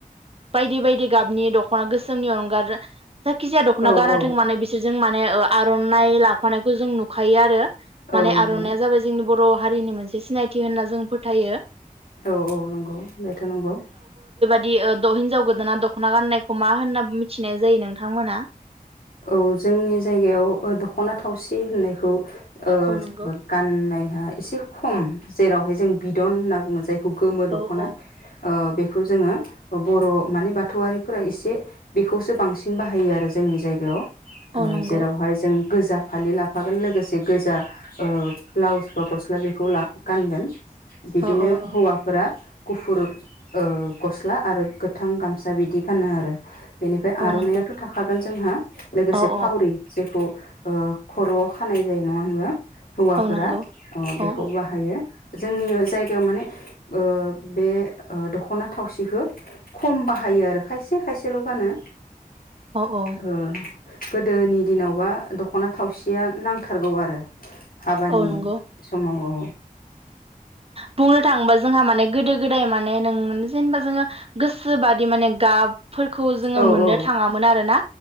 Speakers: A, on the right; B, on the left.
A: बायदि बायदि गाबनि दख'ना गोसोमनि अनगा जायखिजाया दख'ना
B: औ
A: गानाथों
B: औ
A: मानो बिसोरजों मान आरनाय ला फानायखौ जों नुखायो आरो
B: औ
A: माने
B: नुयो
A: आर'नाया जाबाय जोंनि बर' हारिनि मोनसे सिनायथि होनना जों फोथायो
B: औ औ नंगौ बेथ' नंगौ
A: बिदि ओ हिनजाव गोदाना दख'ना गाननायखौ मा होनना मिथिनाय जायो नोंथांमोना
B: औ जोंनि जायगायाव दख'ना थावसि होननायखौ ओ
A: औ
B: <unintelligible>
A: नंगौ।
B: गाननाय ओ एसे खम जेरावहाय जों बिदन होनना बुङो जायखौ गोमो दख'ना
A: औ औ
B: ओ बे खौ जौङो बर' माने बाथौआरिफोरा एसे बेखौसो बांसिन बाहायो आरो जोंनि जाय गायाव
A: औ
B: ओ
A: नंगौ
B: जेरावहाय जों गोजा फालि लाफागोन लोगोसे गोजा ओ ब्लाउस बा गस्ला बेखौ गानगोन बिदिनो
A: औ औ औ
B: हौवाफोरा गुफुर ओ गस्ला आरो गोथां गामसा बिदि गानो आरो बेनिफ्राय
A: औ
B: आर'नाइयाथ'
A: नंगौ
B: थाखागोन जोंहा लोगोसे
A: औ औ
B: फावरि जेखौ ओ खर'आव खानाय जायो नङा होनबा हौवाफोरा
A: औ नंगौ
B: अ बेखौ
A: औ
B: बाहायो जोंनि जायगायाव माने ओ बे ओ दख'ना थावसिखौ खम बाहायो आरो खायसे खायसेल' गानो
A: अ औ
B: ओ गोदोनि दिनावबा दख'ना थावसिया नांथारगौ आरो हाबानि
A: औ नंगौ
B: समाव औ
A: बुंनो थाङोबा जोंहा माने गोदो गोदाय माने नों जेनेबा जोङो गोसोबादि माने गाब फोरखौ जोङो
B: औ
A: मोननो
B: औ
A: थाङामोन आरोना